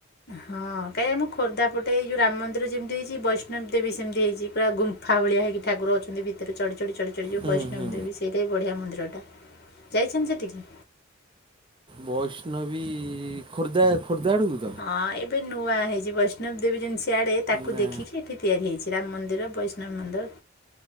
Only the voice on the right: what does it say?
ହୁଁ
ହୁଁ
ବୈଷ୍ଣବୀ ଖୋର୍ଦ୍ଧା ଖୋର୍ଦ୍ଧା ଆଡକୁ।
ନା